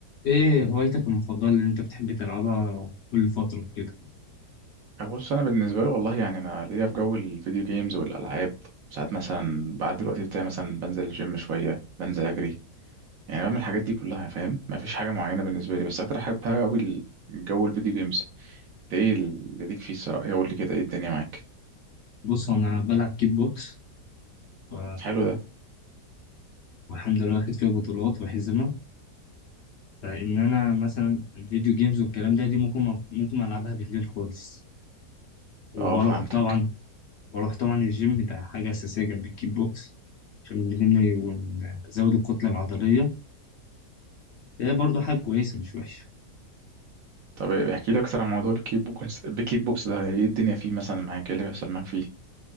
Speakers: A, on the left; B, on the right.
A: ايه هوايتك المفضلة اللي انت بتحب تلعبها كل فترة كده
B: بص انا بالنسبه لي والله يعني انا ليا في جو الفيديو جيمز والالعاب ساعات مثلا بعد الوقت بتاعي مثلا بنزل الجيم شويه بنزل اجري يعني بعمل الحاجات دي كلها فاهم ما فيش حاجه معينه بالنسبه لي بس اكتر حاجه بحبها قوي الجو الفيديو جيمز ده ايه اللي ليك فيه الصراحه إيه قول لي كده ايه الدنيا معاك
A: بص انا بلعب كيك بوكس و-
B: حلو ده
A: والحمد لله واخد فيها بطولات وحزمة فان انا مثلا الفيديو جيمز والكلام ده دي ممكن ممكن العبها بالليل خالص وبروح
B: اه فهمتك
A: طبعا بروح طبعا الجيم ده حاجة اساسية جنب الكيك بوكس عشان بنبني ونزود الكتلة العضلية ده برضو حاجة كويسة مش وحشة
B: طب إيه- احكي لي اكتر عن موضوع الكيك بوكس الكيك بوكس ده ايه الدنيا فيه مثلا معاك ايه اللي بيحصل معاك فيه